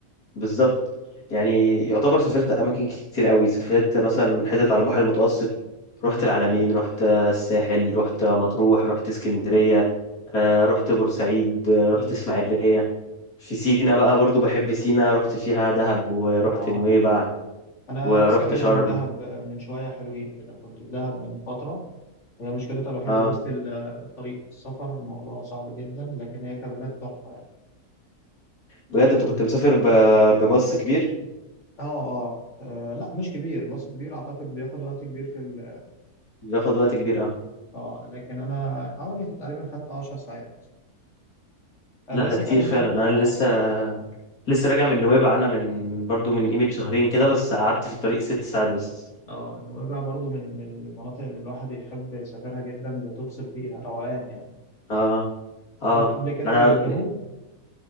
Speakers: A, on the left (about 70°); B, on the left (about 50°).
A: بالظبط يعني يعتبر سافرت اماكن كتير قوي سافرت مثلا حتت على البحر المتوسط
B: مم.
A: رحت العلمين رحت الساحل رحت مطروح رحت اسكندريه آه، رحت بورسعيد آه،
B: مم.
A: رحت اسماعيليه في سينا بقى برضو بحب سينا رحت فيها دهب ورحت
B: اه
A: نويبع
B: أنا
A: ورحت
B: لسه جاي
A: شرم
B: من دهب من شوية حلوين كده كنت في دهب من فترة هي مشكلتها الوحيدة
A: اه
B: بس ال- الطريق السفر الموضوع صعب جدا لكن هي كبلد تحفة يعني
A: بجد انت كنت مسافر ب- بباص كبير
B: اه اه آه، لا مش كبير الباص كبير أعتقد بياخد وقت كبير في ال
A: بياخد وقت كبير اه
B: اه لكن أنا حوالي تقريبا خدت 10 ساعات آه،
A: لا
B: بس
A: ده كتير
B: خلينا
A: فعلا انا
B: اه
A: لسه لسه راجع من نويبع انا من برضو من قيمه شهرين كده بس قعدت في الطريق ست ساعات بس
B: اه نويبع برضو من من المناطق اللي الواحد يحب يسافرها جدا بتفصل فيها روقان يعني
A: اه اه
B: سافرت قبل كده
A: انا
B: الجنوب